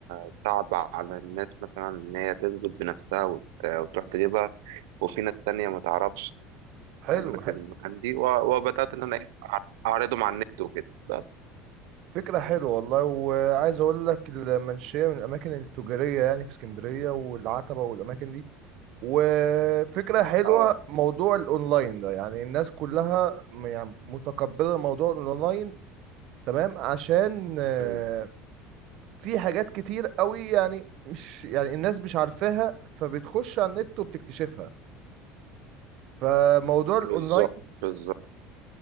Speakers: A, on the right; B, on the right.
A: صعب على الناس مثلا ان هي تنزل بنفسها وت- وتروح تجيبها وفي ناس تانية ما تعرفش
B: حلو
A: اماكن
B: ح-
A: المكان دي و- وبدات ان انا إيه، اعرضه مع النت وكده بس
B: فكرة حلوة والله وعايز اقول لك المنشية من الاماكن التجارية يعني في اسكندرية والعتبة والاماكن دي وفكرة حلوة
A: اه
B: موضوع الاونلاين ده يعني الناس كلها م- يعني متقبلة موضوع الاونلاين تمام عشان آه،
A: أمم،
B: في حاجات كتير قوي يعني مش يعني الناس مش عارفاها فبتخش على النت وبتكتشفها فموضوع الاونلاين
A: بالظبط بالظبط